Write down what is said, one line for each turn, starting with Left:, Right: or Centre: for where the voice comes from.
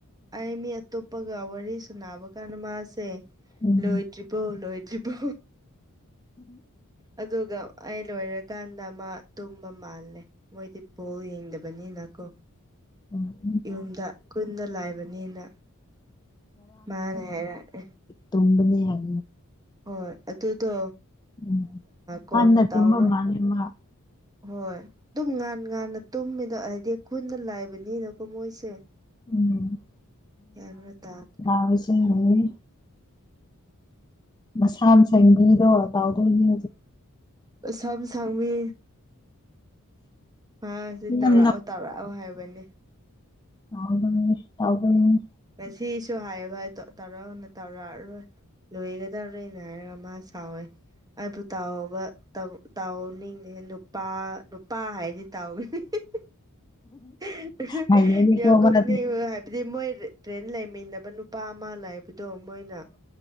Right: ꯑꯩ ꯃꯤ ꯑꯇꯣꯞꯄꯒ ꯋꯥꯔꯤ ꯁꯅꯕ ꯀꯥꯟꯗ ꯃꯥꯁꯦ
Left: ꯎꯝ
Right: ꯂꯣꯏꯗ꯭ꯔꯤꯕꯣ ꯂꯣꯏꯗ꯭ꯔꯤꯕꯣ ꯑꯗꯨꯒ ꯑꯩ ꯂ‌ꯣꯏꯔ‌ꯦ ꯀꯥꯟꯗ ꯑꯃ ꯇꯨꯝꯕ ꯃꯥꯜꯂꯦ ꯃꯣꯏꯗꯤ ꯕ‌ꯣꯜ ꯌꯦꯡꯗꯕꯅꯤꯅꯀꯣ
Left: ꯎꯝ
Right: ꯌꯨꯝꯗ ꯀꯨꯟꯗ ꯂꯥꯏꯕꯅꯤꯅ ꯃꯥꯅ ꯍꯥꯏꯔꯛꯑꯦ
Left: ꯇꯨꯝꯕꯅꯦ ꯍꯥꯏ
Right: ꯍꯣꯏ ꯑꯗꯨꯗꯣ
Left: ꯎꯝ
Right: ꯀꯣꯟꯅ
Left: ꯍꯥꯟꯅ
Right: ꯇꯧꯔꯣ
Left: ꯇꯨꯝꯕ ꯃꯥꯜꯂꯦ ꯃꯥ
Right: ꯍꯣꯏ ꯑꯗꯨꯝ ꯉꯥꯟ ꯉꯥꯟꯅ ꯇꯨꯝꯃꯤꯗꯣ ꯍꯥꯏꯗꯤ ꯈꯨꯟꯅ ꯂꯥꯏꯕꯅꯤꯅꯀꯣ ꯃꯣꯏꯁꯦ
Left: ꯎꯝ <unintelligible>
Right: ꯒ꯭ꯌꯥꯟꯒ ꯇꯥꯗꯦ
Left: ꯅꯅꯨꯡꯗꯥꯁꯅꯤ ꯃꯁꯥ ꯃꯁꯥꯒꯤ ꯃꯤꯗꯣ <unintelligible>
Right: ꯑ ꯁꯝ ꯁꯥꯡꯃꯤ ꯃꯥ ꯁꯤ ꯇꯧꯔꯛꯑꯣ
Left: ꯌꯥꯝ
Right: ꯇꯧꯔꯛꯑꯣ ꯍꯥꯏꯕꯅꯤ
Left: ꯇꯕꯨ ꯇꯥꯎꯕꯨ <unintelligible>
Right: ꯁꯤꯁꯨ ꯍꯥꯏꯌꯦꯕ ꯇꯧꯔꯅ ꯇꯧꯔꯛꯑꯔꯣꯏ ꯂꯣꯏꯒꯗꯧꯔꯦꯅ ꯍꯥꯏꯔꯒ ꯃꯥ ꯁꯥꯎꯋꯦ ꯑꯩꯕꯨ ꯇꯥꯎꯕ ꯇꯥꯎꯅꯤꯡꯉꯦ ꯅꯨꯄꯥ ꯅꯨꯄꯥ ꯍꯥꯏꯗꯤ ꯇꯥꯎꯒꯅꯤ <unintelligible> <unintelligible>
Left: ꯍꯩꯕꯅꯤꯀꯣ
Right: ꯌꯥꯝ ꯅꯣꯛꯅꯤꯡ
Left: ꯃꯥꯗꯤ
Right: ꯍꯥꯏ ꯗꯤ ꯃꯣꯏ ꯇ꯭ꯔꯦꯟ ꯂꯩꯃꯤꯟꯅꯕ ꯅꯨꯄꯥ ꯑꯃ ꯂꯩꯥꯕꯗꯣ ꯃꯣꯏꯅ